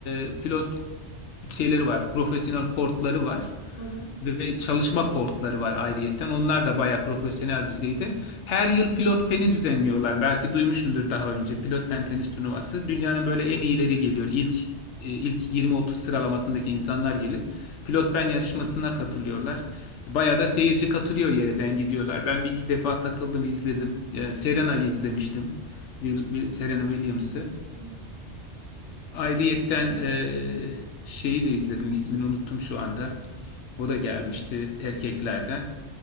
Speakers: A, on the left; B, on the left.
A: e, pilot şeyleri var. Profesyonel kortları var
B: Hı hı.
A: ve çalışma kortları var ayrıyetten. Onlar da bayağı profesyonel düzeyde. Her yıl Pilot Pen'i düzenliyorlar. Belki duymuşsundur daha önce. Pilot Pen tenis turnuvası dünyanın böyle en iyileri geliyor. İlk e, ilk 20-30 sıralamasındaki insanlar gelip Pilot Pen yarışmasına katılıyorlar. Bayağı da seyirci katılıyor yerden gidiyorlar. Ben bir iki defa katıldım, izledim. E, Serena'yı izlemiştim. Will, Will- Serena Williams'ı.
B: Hı hı.
A: Ayrıyetten eee, şeyi de izledim ismini unuttum şu anda. O da gelmişti erkeklerden.